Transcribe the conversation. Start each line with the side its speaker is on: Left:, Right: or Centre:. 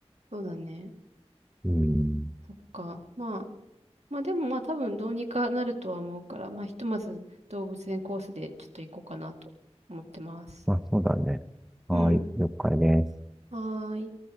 Right: そうだね。
Centre: うん。
Right: そっか。まあ、まあでもまあ多分どうにかなるとは思うから、まあひとまず動物園コースでちょっと行こうかなと思ってます。
Centre: まあ、そうだね。はい、
Right: うん。
Centre: 了解です。
Right: はーい。